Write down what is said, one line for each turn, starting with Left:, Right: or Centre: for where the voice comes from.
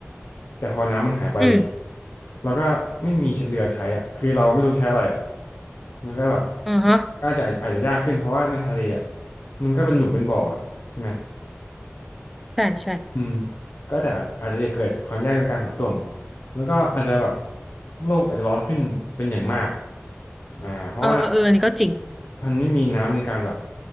Left: แต่พอน้ำมันหายไปอย่างเงี้ย
Centre: อืม
Left: เราก็ไม่มีเรือใช้อ่ะคือเราไม่รู้ใช้อะไรอ่ะมันก็แบบ
Centre: อ่าฮะ
Left: ก็อาจจะอาจจะยากขึ้นเพราะว่าในทะเลอ่ะมันก็เป็นหลุมเป็นบ่ออ่ะใช่ไหม
Centre: ใช่ใช่
Left: อืมก็จะอาจจะเกิดความยากในการขนส่งแล้วก็อาจจะแบบโลกอาจจะร้อนขึ้นเป็นอย่างมากอ่าเพราะว่า
Centre: เออเอออันนี้ก็จริง
Left: มันไม่มีน้ำในการแบบ